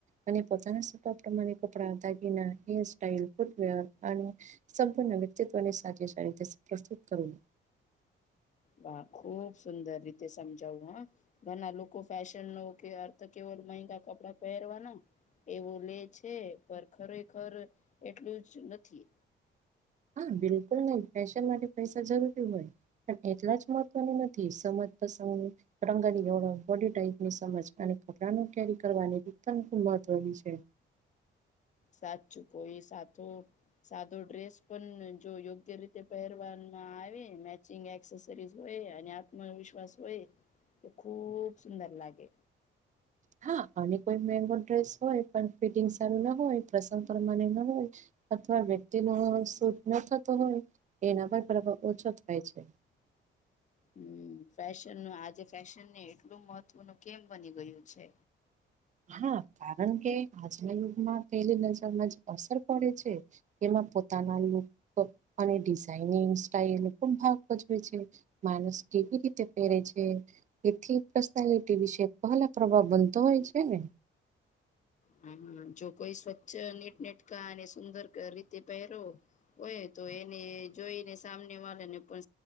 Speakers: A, on the right; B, on the left.
A: અને પોતાના સપા પ્રમાણે કપડા દાગીના હેર સ્ટાઈલ ફૂટવીઅર અને સંપૂર્ણ વ્યક્તિત્વની સાચી શ્રેણીને પ્રસ્તુત કરવું.
B: વા ખુબ સુંદર રીતે સમજાવયુ હા ઘના લોકો ફેશનનો કે અર્થ કેવલ મેઘા કપડા પહેરવાનો એવું લે છે પણ ખરેખર એટલું જ નથી.
A: હા બિલકુલ ની ફેશન માટે પૈસા જરૂરી હોય. પણ એટલા જ મહત્વનું નથી સમજ પસ પતંગડી ઓરો બોડી ટાઈપની સમજ અને કપડાંનું કેરી કરવાની ખૂબ મહત્વની છે.
B: સાચું કોઈ સાચું સાદો ડ્રેસ પણ જો યોગ્ય રીતે પહેરવામા આવે મેચિંગ એક્સેસરીઝ હોય અને આત્મવિશ્વાસ હોય તો ખૂબ સુંદર લાગે
A: હા અને કોઈ મેંગો ડ્રેસ હોય પણ ફિટિંગ સારું ના હોય પ્રસંગ પ્રમાણે ના હોય અથવા વ્યક્તિનો સુટ ન થતો હોય એના પર પ્રભાવ ઓછો થાય છે.
B: હમ્મ ફેશનનું આજે ફેશનને એટલું મહત્વનું કેમ બની ગયું છે.
A: હા કારણ કે આજના યુગમાં પહેલી નજરમાં જ અસર પડે છે. એમાં પોતાના લુક અને ડિઝાઇનિંગ સ્ટાઈલ પણ ભાગ ભજવે છે. માણસ કેવી રીતે પેરે છે.? એથી પર્સનાલિટી વિશે પહેલા પ્રભાવ બનતો હોય છે ને?
B: હા જો કોઈ સ્વચ્છ નેટનેટકા અને સુંદર રીતે પહેરો હોય તો એને જોઈને સામને વાલે ને પન